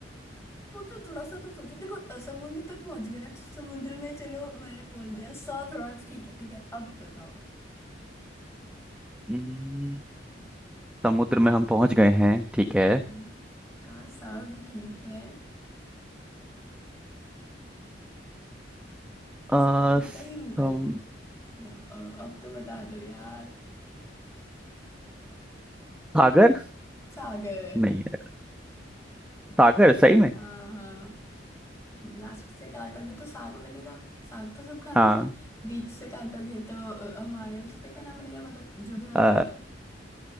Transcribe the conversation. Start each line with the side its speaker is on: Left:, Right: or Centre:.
Left: तो, तो थोड़ा सा तो सोचो देखो अ, समुद्र तक पहुंच गए ना तो समुद्र में चलो मैंने बोल दिया सा थोड़ा ठीक है ठीक है अब बताओ
Centre: हम्म, समुद्र में हम पहुंच गए हैं ठीक
Left: हम्म
Centre: है
Left: का सा भी ठीक है
Centre: आ,
Left: समुद्र
Centre: सम,
Left: का ही रूप है लो जाओ अब अब तो बता दो यार
Centre: सागर
Left: सागर
Centre: नहीं है सागर सही में
Left: हाँ हाँ लास्ट से काटोगे तो साग बनेगा साग तो सब खाते
Centre: हाँ
Left: हैं बीच से काटोगे तो अ, हमारे रिश्ते का ना बनेगा मतलब जो भी मजा
Centre: अ,
Left: होता है